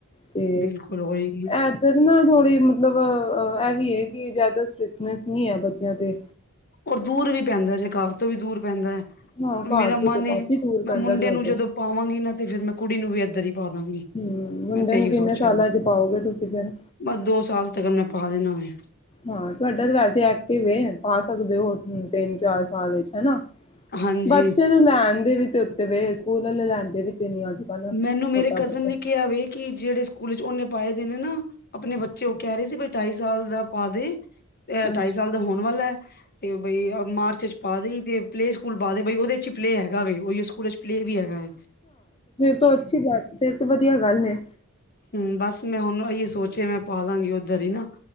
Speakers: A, on the left; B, on the left.
A: ਤੇ
B: ਬਿਲਕੁਲ ਹੋਏਗੀ
A: ਐਧਰ ਨਾ ਥੋੜ੍ਹੀ ਮਤਲਬ ਅ ਐਵੀ ਏ? ਕਿ ਜ਼ਿਆਦਾ ਸਟ੍ਰਿਕਟਨੈਸ ਨਹੀ ਹੈ ਬੱਚਿਆਂ ਤੇ।
B: ਔ ਦੂਰ ਵੀ ਪੈਂਦਾ ਜੇ। ਘਰ ਤੋਂ ਵੀ ਦੂਰ ਪੈਂਦਾ।
A: ਹਾਂ ਘਰ
B: ਮੇਰਾ
A: ਤੋਂ
B: ਮਨ
A: ਤੇ
B: ਏ,
A: ਕਾਫ਼ੀ ਦੂਰ
B: ਮੈਂ
A: ਪੈਂਦਾ
B: ਮੁੰਡੇ
A: ਤੁਹਾਡੇ
B: ਨੂੰ ਜਦੋਂ ਪਾਵਾਂਗੀ ਨਾ, ਤੇ ਫੇਰ ਮੈਂ ਕੁੜੀ ਨੂੰ ਵੀ ਐਧਰ ਹੀ? ਪਾ ਦਾਗੀਂ,
A: ਹਮ ਮੁੰਡੇ
B: ਮੈਂ ਤੇ
A: ਨੂੰ
B: ਇਹੀ
A: ਕਿੰਨੇ
B: ਸੋਚਿਆ
A: ਸਾਲਾਂ
B: ਵੈ।
A: ਚ ਪਾਓਗੇ ਤੁਸੀਂ ਫਿਰ
B: ਬਸ ਦੋ ਸਾਲ ਤੱਕਣ ਮੈਂ? ਪਾ ਦੇਨਾ ਵੇਂ।
A: ਹਾਂ, ਤੁਹਾਡਾ ਤੇ ਵੈਸੇ ਐਕਟਿਵ ਏ, ਪਾ ਸਕਦੇ ਹੋ? ਤਿਨ ਚਾਰ ਸਾਲ ਵਿੱਚ ਹੈਨਾ।
B: ਹਾਂਜੀ
A: ਬੱਚੇ ਨੂੰ ਲੈਣ ਦੇ ਵੀ ਤੇ ਉੱਤੇ ਵੇ, ਸਕੂਲ ਆਲੇ ਲੈੰਦੇ ਵੀ ਤੇ? ਨੀ ਅੱਜ ਕੱਲ
B: ਮੈਨੂੰ ਮੇਰੇ
A: ਛੋਟਾ
B: ਕਜ਼ਨ
A: ਬੱਚਾ
B: ਨੇ ਕਿਹਾ ਵੇ, ਕਿ ਜੇੜੇ ਸਕੂਲ ਵਿੱਚ ਓਨੇ ਪਾਏ ਦੇ ਨੇ ਨਾ ਅਪਣੇ ਬੱਚੇ ਓਹ ਕੈ ਰੇ ਸੀ, ਬਈ ਢਾਈ ਸਾਲ ਦਾ ਪਾਦੇ। ਤੇ ਐ
A: ਅੱਛਾ
B: ਢਾਈ ਸਾਲ ਦਾ ਹੋਣ ਵਾਲਾ ਹੈ। ਤੇ ਔ ਬਈ ਮਾਰਚ ਏਚ ਪਾ ਦਈ। ਤੇ ਪਲੇਅ ਸਕੂਲ ਪਾ ਦੇ ਭਈ ਉਹਦੇ 'ਚੀ ਪਲੇਅ ਹੈਗਾ ਵੇ। ਫਔਈਔ ਸਕੂਲ ਵਿੱਚ ਪਲੇਅ ਵੀ ਹੈਗ।
A: ਤੋਂ ਅੱਛੀ ਬਾਤ, ਫਿਰ ਤੇ ਵਧੀਆ ਗੱਲ ਏ।
B: ਹੂੰ, ਬਸ ਮੈਂ ਹੁਣ ਓਈ ਸੋਚਿਆ ਮੈਂ ਪਾਦਾਂਗੀ ਔਧਰ ਹੀ ਨਾ।